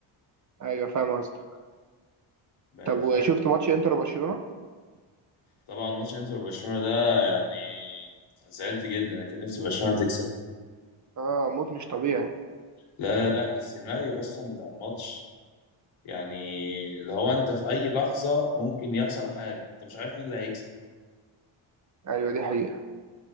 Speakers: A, on the right (about 40°); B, on the left (about 70°).
A: ايوه فاهم قصدك
B: بقت
A: طب
B: حركته
A: وشفت ماتش انتر وبرشلونه
B: طبعا ماتش انتر وبرشلونة ده يعني زعلت جدا انا كان نفسي برشلونة تكسب
A: اه موت مش طبيعي
B: لا لا لا السيناريو اصلا بتاع الماتش يعني اللي هو انت في اي لحظة ممكن يحصل حاجة انت مش عارف مين اللي هيكسب
A: ايوه دي حقيقه